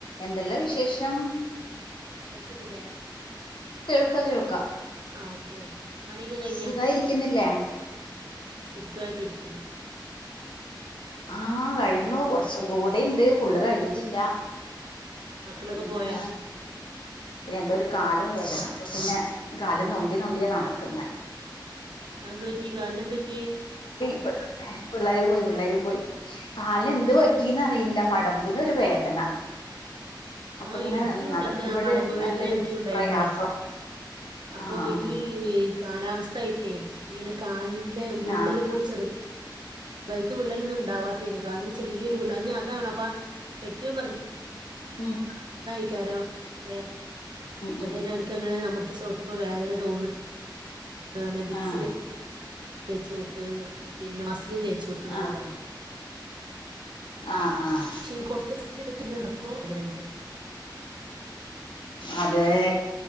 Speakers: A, on the left; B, on the right.
A: എന്തല്ല വിശേഷം
B: കേൾക്കുന്നില്ലേ
A: പ്പോ കേൾക്കാം
B: ഓക്കെ ഓക്കെ പണിഒക്കെ കഴിഞ്ഞ
A: സുഖായിരിക്കുന്നില്ലേ
B: സുഖായിട്ടിരിക്കുന്നു
A: ആഹ് കഴിഞ്ഞു കുറച്ചും കൂടെണ്ട് ഫുള്ള് കഴിഞ്ഞിട്ടില്ല
B: മക്കളൊക്കെ
A: ഇന്ന്
B: പോയാ
A: പിന്നെ എന്തോ ഒരു കാൽ വേദന അപ്പൊ പിന്നെ കാലം ഞൊണ്ടി ഞൊണ്ടിയ നടക്കുന്നെ
B: അതെന്ത് പറ്റി കാലിനെന്തു പറ്റി
A: <unintelligible> പിള്ളേര് പോയി പിള്ളേര് പോയി കാലിൻ എന്ത് പറ്റിന്ന്റിയില്ല മടമ്പിനൊ ഒരു വേദന അപ്പൊ
B: ആഹ്
A: ഇങ്ങനെ
B: എനിക്കും ഉണ്ടായിരുന്നേ
A: നടക്കുമ്പോഴ്
B: ആ മടമ്പ വേദന
A: നല്ലൊരു
B: എനിക്ക ഉണ്ടായിരുന്നേ
A: പ്രയാസം
B: അപ്പോൊ
A: ആഹ് ആഹ്
B: ഈ കാലാവസ്ഥ <unintelligible> ഇങ്ങനെ കാലിന്റെ വിള്ളല്
A: ആഹ്
B: പോലെ ചെറു കയ്ക്കു വിള്ളലൊന്നും ഉണ്ടാവാത്തേെണ് കാലിന് ചെറിയൊരു വിള്ളല് ഞാ അതാണ അപ്പാ കെട്ടിയോൻ പറഞ്ഞു
A: മം
B: <unintelligible> വേ വേതേന
A: ഉം
B: എനിക്കങ്ങനെ അമർത്തി ചോട്ടുമ്പോ വേദന തോന്നാണ് വിക്സ്
A: ആഹ്
B: തേക്കു തേച്ചോക്ക് പിന്നെ മസ്ലിം തേച്ചോക്ക് എന്നൊക്കെ
A: ആഹ്
B: പറഞ്ഞ്
A: ആഹ് ആഹ്
B: പക്ഷെ കൊറച്ച് റസ്റ്റ് <unintelligible> പിന്നെ <unintelligible> <unintelligible> വേദനണ്ട്
A: അതെ